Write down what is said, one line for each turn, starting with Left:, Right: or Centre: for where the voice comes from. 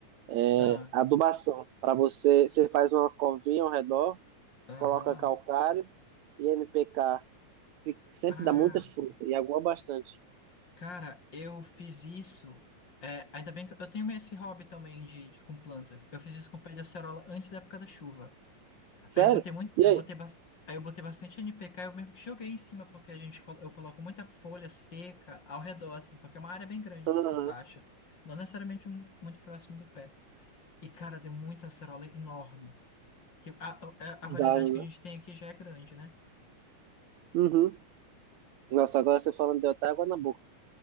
Right: É,
Left: Ah,
Right: Adubação. Para você, você faz uma covinha ao redor
Left: aham.
Right: coloca calcário e NPK. Fica- Sempre
Left: Ah,
Right: dá muita fruta e água bastante.
Left: cara, eu fiz isso. É, ainda bem que eu tenho meio esse hobby também de, de- com plantas. Eu fiz isso com pé de acerola antes da época da chuva.
Right: Sério?
Left: Aí eu botei muito,
Right: E
Left: eu
Right: aí?
Left: botei, bas- aí eu botei bastante NPK, eu mesmo que joguei em cima porque a gente col- eu coloco muita folha seca ao redor assim, porque é uma área bem grande
Right: Aham,
Left: assim, embaixo, não necessariamente um- muito próximo do pé. E cara, deu muita acerola enorme. Que a, a a variedade
Right: Dá, né?
Left: que a gente tem aqui já é grande, né?
Right: Uhum. Nossa, agora você falando deu até água na boca.